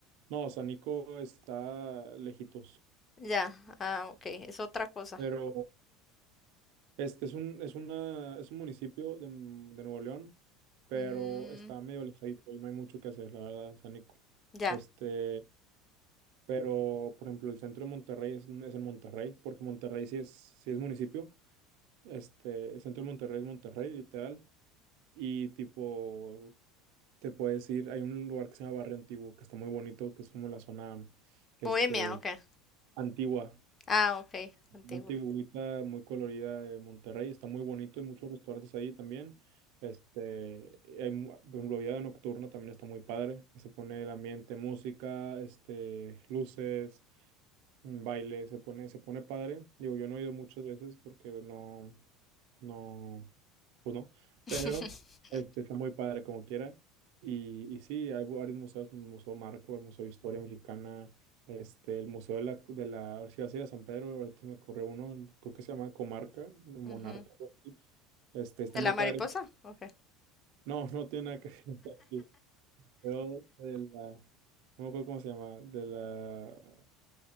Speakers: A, on the right; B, on the left.
A: No, San Nico está lejitos,
B: Ya, ah, ok, es otra cosa.
A: pero este es un, es una, es un municipio de, de Nuevo León, pero
B: Mm,
A: está medio alejadito y no hay mucho que hacer, la verdad, San Nico.
B: Ya.
A: Este, Pero, por ejemplo, el centro de Monterrey es, es en Monterrey, porque Monterrey sí es, sí es municipio. Este, el centro de Monterrey es Monterrey, literal. Y tipo, te puedes ir, hay un lugar que se llama Barrio Antiguo, que está muy bonito, que es como la zona, este,
B: Bohemia, ok.
A: antigua,
B: Ah, ok. Antigua.
A: antiguita, muy colorida de Monterrey. Está muy bonito, hay muchos restaurantes ahí también. Este, hay, mu- por ejemplo, vida nocturna también está muy padre. Se pone el ambiente, música, este, luces. un baile, se pone, se pone padre. Digo, yo no he ido muchas veces porque no, no, pues no,
B: <laughs>
A: pero este, está muy padre como quiera. Y, y sí, hay varios museos, el Museo Marco, el Museo de Historia Mexicana, este, el Museo de la, de la, si vas a ir a San Pedro, ahorita me corrió uno, creo que se llama Comarca, o Monarca,
B: Ujú.
A: algo así. Este, está
B: ¿De
A: muy
B: la
A: padre.
B: mariposa? Ok.
A: No, no tiene nada que ver. <laughs> sí, pero de la, no me acuerdo cómo se llama, de la